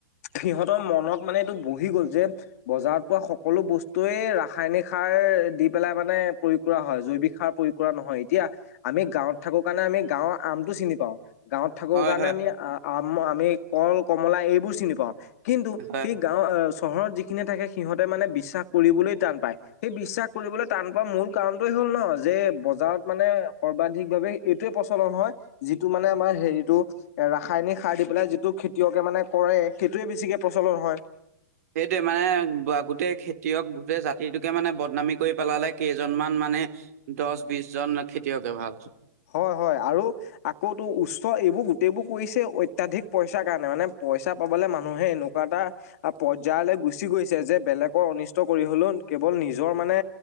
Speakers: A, on the left; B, on the right.
A: সিহঁতৰ মনত মানে এইটো বহি গ'ল যে বজাৰত পোৱা সকলো বস্তুৱয়েই ৰাসায়নিক সাৰ দি পেলাই মানে প্ৰয়োগ কৰা হয় জৈৱিক সাৰ প্ৰয়োগ নহয় এতিয়া আমি গাঁৱত থাকো কাৰণে আমি গাঁৱৰ আমটো চিনি পাওঁ। গাঁৱত থাকো
B: হয়
A: কাৰণে
B: হয়
A: আমি আম আমি কল, কমলা এইবোৰ চিনি পাওঁ। কিন্তু
B: হয়।
A: সেই গাঁও আহ চহৰত যি- খিনি থাকে সিহঁতে মানে বিশ্বাস কৰিবলৈ টান পায়। সেই বিশ্বাস কৰিবলৈ টান পোৱাৰ মূল কাৰণটোয়ে হ'ল ন যে বজাৰত মানে সৰ্বাধিক ভাৱে এইটয়ে প্ৰচলন হয় যিটো মানে আমাৰ হেৰিতটো এ ৰাসায়নিক সাৰ দি পেলাই যিটো খেতিয়কে মানে কৰে সেইটোৱে বেছিকে প্ৰচলন হয়।
B: সেই মানে গোটেই খেতিয়ক গোটেই জাতিটোকে মানে বদনামী কৰি পেলালে কেইজনমান মানে। দছ বিশ জন খেতিয়কে ভাল।
A: হয় হয় আৰু আকৌটো উচ্চ এইবোৰ গোটেইবোৰ কৰিছে অত্যাধিক পইচাৰ কাৰণে মানে পইচা পাবলে মানুহে এনেকুৱা এটা পৰ্যায়লৈ গুচি গৈছে যে বেলেগৰ অনিষ্ট কৰি হলেও কেৱল নিজৰ মানে